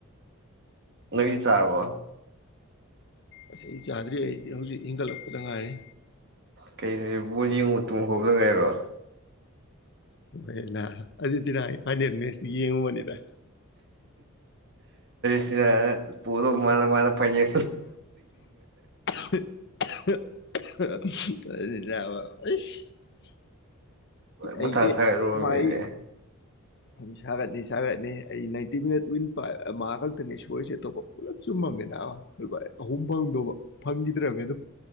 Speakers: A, on the right; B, on the left.
A: ꯅꯣꯏꯗꯤ ꯆꯥꯔꯕꯣ
B: ꯑꯁ ꯑꯩ ꯆꯥꯗ꯭ꯔꯤ ꯑꯩꯗꯤ ꯍꯧꯖꯤꯛ ꯍꯤꯡꯒꯠꯂꯛꯄꯗ ꯉꯥꯏꯔꯤ
A: ꯀꯩꯅꯣꯅꯦ ꯕꯣꯂ ꯌꯦꯡꯉꯨ ꯇꯨꯝ ꯍꯧꯕꯗ ꯉꯥꯏꯔꯣ
B: ꯍꯣꯏ ꯅ ꯑꯗꯨꯗꯤ ꯅ ꯑꯩ ꯐꯥꯏꯅꯦꯜ ꯃꯦꯠꯆ ꯌꯦꯡꯉꯨꯕꯅꯤꯗ
A: ꯁꯤ ꯄꯔꯣ ꯃꯥꯅ ꯃꯥꯅ ꯄ ꯦ
B: ꯌꯥꯕꯁ
A: ꯃꯊꯥ
B: ꯑꯩꯦ
A: ꯁꯥꯒꯠꯂꯨꯔꯕꯅꯤꯅꯦ
B: ꯃꯥꯏ ꯑꯗꯨ ꯁꯥꯒꯠꯅꯤ ꯁꯥꯒꯠꯅꯤ ꯑꯩ ꯅꯥꯏꯟꯇꯤ ꯃꯤꯅꯠ ꯋꯤꯟ ꯃꯥ ꯈꯛꯇꯅꯤ ꯁꯣꯏꯁꯦ ꯑꯇꯣꯞꯄ ꯄꯨꯂꯞ ꯆꯨꯝꯃꯝꯃꯦ ꯂꯨ ꯑꯍꯨꯝ ꯐꯪꯗꯧꯕ ꯐꯪꯈꯤꯗ꯭ꯔꯅꯤ ꯑꯗꯨꯝ